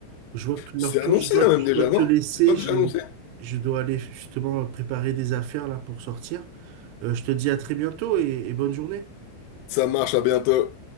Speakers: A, on the right; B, on the left.
A: Je vois que leur
B: C'est
A: tour,
B: annoncé,
A: je dois,
B: hein, même
A: je
B: déjà,
A: dois te
B: non?
A: laisser.
B: C'est pas déjà
A: J'ai,
B: annoncé?
A: je dois aller justement préparer des affaires là pour sortir. Euh, je te dis à très bientôt et et bonne journée.
B: Ça marche, à bientôt.